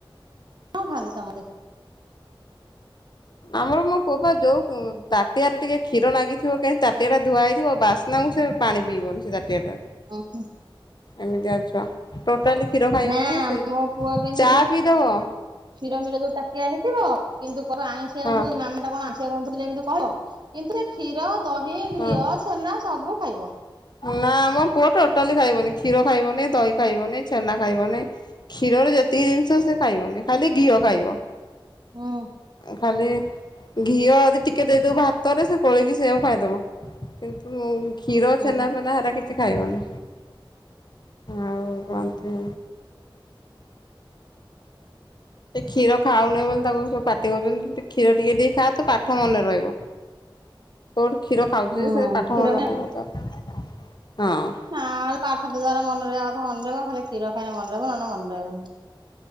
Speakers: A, on the right (about 55°); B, on the left (about 55°).
A: କଣ ଖାଆନ୍ତି ସମତେ?
B: ଆମର ମୋ ପୁଅ ବା ଯୋଉ ଉଁ ତାଟିଆରେ ଟିକେ କ୍ଷୀର ନାଗିଥିବ କାହିଁ ତାଟିଆଟା ଧୁଆହେଇଥିବ ବାସ୍ନା ସେ ପାଣି ପିଇବନି ସେ ତାଟିଆ ଟାରେ।
A: ଓହୋ।
B: ଏମିତିଆ ଛୁଆ ଟୋଟାଲି କ୍ଷୀର ଖାଇବ
A: ନା
B: ନାହିଁ। ସେ
A: ମୋ ପୁଅ କିନ୍ତୁ
B: ଚା
A: ଯୋଉ
B: ପିଇଦବ
A: କ୍ଷୀର ମିର ଯୋଉ ତାଟିଆ ହେଇଥିବ କିନ୍ତୁ କହିବ ଆଇଁଶିଆ
B: ହଁ
A: ଗନ୍ଧୋଉଛି, ମାମା ଏଇଟା କଣ ଆଇଁଶିଆ ଗନ୍ଧୋଉଚି ଏମିତି କହିବ, କିନ୍ତୁ ଏ କ୍ଷୀର ଦହି,
B: ହଁ।
A: ଘିଅ, ଛେନା ସବୁ ଖାଇବ।
B: ନା ଆମ ପୁଅ ଟୋଟାଲି ଖାଇବନି। କ୍ଷୀର ଖାଇବନି, ଦହି ଖାଇବନି, ଛେନା ଖାଇବନି, କ୍ଷୀର ର ଯେତିକି ଜିନିଷ ସେ ଖାଇବନି ଖାଲି ଘିଅ ଖାଇବ।
A: ହୁଁ
B: ଖାଲି ଘିଅ ଯଦି ଟିକେ ଦେଇଦବୁ ଭାତରେ ସେ ଗୋଳେଇକି ସେଇଆକୁ ଖାଇଦବ, କିନ୍ତୁ କ୍ଷୀର
A: ହୁଁ
B: ଛେନା ଫେନା ହେରା କିଛି ଖାଇବନି। ଆଉ
A: ହୁଁ।
B: କହନ୍ତି ସେ କ୍ଷୀର ଖାଉନି ବୋଲି ତାଙ୍କୁ ସବୁ ପାଟି କରୁଛନ୍ତି। ତୁ କ୍ଷୀର ଟିକେ ଟିକେ ଖାଆ ତୋ ପାଠ ମନେ ରହିବ। କୋଉଠୁ କ୍ଷୀର ଖାଉଛି
A: ହୁଁ
B: ଯେ ସେ ପାଠ
A: କ୍ଷୀର
B: ମନ
A: ଖାଏ
B: ରହିବ ତାର। ହଁ।
A: ନା ପାଠ ତ ଯାର ମନ ରହିଆ କଥା ମନେ ରହିବ ଖାଲି କ୍ଷୀର ଖାଇଲେ ମନେରହିବ ନ ହେଲେ ମନେ ରହିବନି।